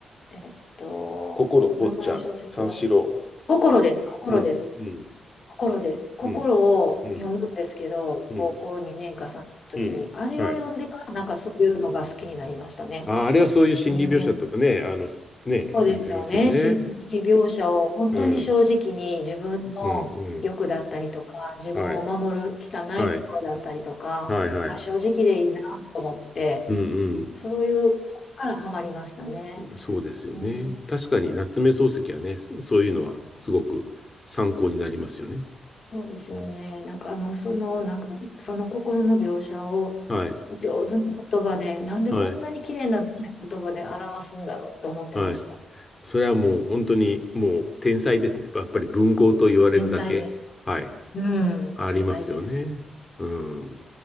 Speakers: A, on the left (about 35°); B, on the left (about 20°).
A: えっと、
B: 心、坊ちゃん、
A: 名前小説は、
B: 三四郎、
A: 心です、心です。
B: うん、うん、
A: 心です。心を読むんですけど、
B: うん、うん、うん、
A: 高校2年か3年の時に、
B: うん。
A: あれを読んでからなんかそういうのが好きになりましたね。
B: はい。あ、あれはそういう心理描写とかね、
A: 人間の、
B: あの、すね、
A: そうですよね。
B: ありますよね。
A: 心理描写を本当に正直に自分の欲だったりとか、
B: うん、うん、うん。
A: 自分を守る汚い心だったりとか、
B: はい、はい、はい、はい。
A: あ、正直でいいなと思って、
B: うん、
A: そういう、そこからハマりましたね。
B: うん。そうですよね。
A: うん
B: 確かに夏目漱石はね、そそういうのはすごく参考になりますよね。
A: そうですよね。なんかあの、その、なんか、その心の描写を
B: はい、
A: 上手な言葉で、なんでこんなに綺麗な言葉で表すんだろうと思ってました。
B: はい、はい。それはもう本当にもう天才ですね。やっぱり文豪と言われるだけ、
A: 天才で
B: はい、
A: す。うん、
B: ありますよね。
A: 天才です。
B: うん。